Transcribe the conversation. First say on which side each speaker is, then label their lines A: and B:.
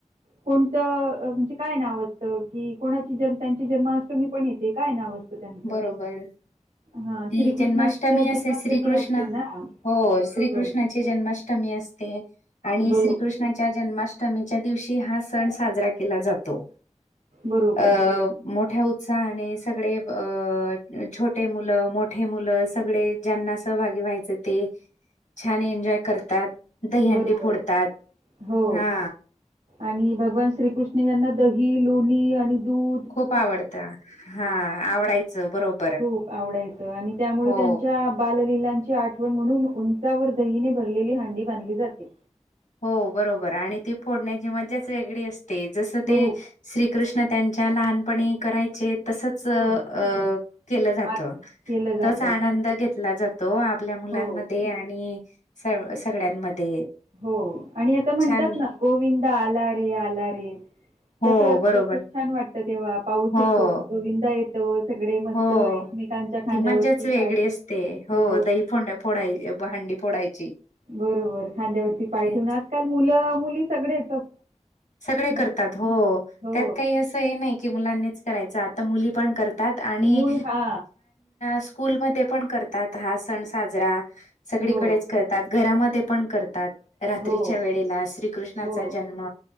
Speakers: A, on the right (about 80°); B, on the left (about 80°).
A: कोणतं म्हणजे काय नाव असतं कि कोणाची जन त्यांची जन्माष्टमी पण येते काय नाव असतं? त्यांच
B: बरोबर.
A: हा
B: ती
A: श्रीकृष्णाच्या
B: जन्माष्टमी असे
A: जन्माष्टमी
B: श्रीकृष्ण
A: अस असते ना
B: हो
A: बरोबर.
B: श्रीकृष्णाची जन्माष्टमी असते आणि
A: बरोबर,
B: श्रीकृष्ण च्या जन्माष्टमीच्या दिवशी हा सण साजरा केला जातो.
A: बरोबर,
B: अ मोठ्या उत्साहाने सगळे अ छोटे मुलं मोठे मुलं सगळे ज्यांना सहभागी व्हायचं ते. छान एन्जॉय करतात दहीहंडी
A: बरोबर.
B: फोडतात
A: हो
B: हा.
A: आणि भगवान श्रीकृष्ण यांना दही, लोणी आणि दूध
B: खूप आवडतं हा आवडायचं बरोबर
A: खूप आवडायचं आणि त्यामुळे
B: हो,
A: त्यांच्या बालललीलांची आठ वन म्हणून उंचावर दहीने भरलेली हंडी बांधली जाते.
B: हो बरोबर आणि ती फोडण्याची मजाच वेगळी असते जसं
A: खूप
B: ते श्रीकृष्ण त्यांच्या लहानपणी करायचे तसच अ
A: हो.
B: केलं जात
A: आत केलं जातं.
B: तोच आनंद घेतला जातो. तो आपल्या मुलांमध्ये
A: हो,
B: आणि स सगळ्यांमध्ये
A: हो आणि आता म्हणतात
B: छान
A: ना गोविंदा आला रे आला रे.
B: हो
A: तसं असतं
B: बरोबर.
A: खूप छान वाटतं तेव्हा पाऊस
B: हो,
A: येतो गोविंदा येतो. सगळे मस्त
B: हो.
A: एकमेकांच्या खांद्यावरती
B: ती मज्जाच वेगळी
A: पाय ठेवता
B: असते. हो, दही फोंडा- फोडायची हंडी फोडायची.
A: बरोबर खांद्यावरती पाय
B: तेच
A: ठेवून आजकाल मुलं मुली सगळेच
B: सगळे
A: मग
B: करतात हो
A: हो
B: त्यात काही असं हे नाही की मुलांनीच करायचं आता मुली पण करता. तात आणि
A: मूळ हा
B: स्कूलमध्ये पण करतात हा सण साजरा. सगळीकडेच
A: हो,
B: करतात घरामध्ये पण करतात. रात्रीच्या
A: हो,
B: वेळेला श्रीकृष्णाचा
A: हो.
B: जन्म